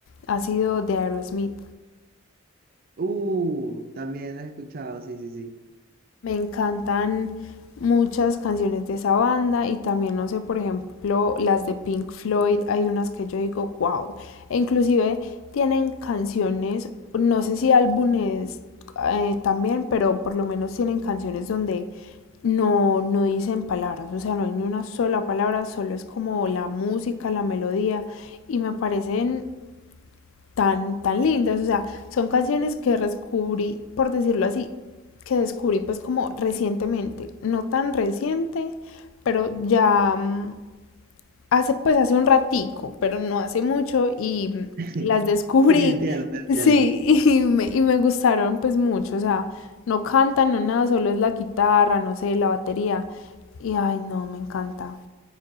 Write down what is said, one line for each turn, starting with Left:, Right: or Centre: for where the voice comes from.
Left: ha sido de Aerosmith.
Right: Uh, también has escuchado, sí, sí, sí.
Left: Me encantan muchas canciones de esa banda y también, no sé, por ejemplo, las de Pink Floyd, hay unas que yo digo, wow, e inclusive tienen canciones, no sé si álbumes eh, también, pero por lo menos tienen canciones donde no, no dicen palabras, o sea, no hay ni una sola palabra, solo es como la música, la melodía, y me parecen tan, tan lindas. O sea, son canciones que descubrí, por decirlo así, que descubrí pues como recientemente. No tan reciente, pero ya mm, hace pues hace un ratico, pero no hace mucho y mm,
Right: <laughs>
Left: las descubrí.
Right: Sí, entiendo, entiendo.
Left: Sí, <laughs> y me, y me gustaron pues mucho. O sea, no cantan, no nada, solo es la guitarra, no sé, la batería. Y ay, no, me encanta.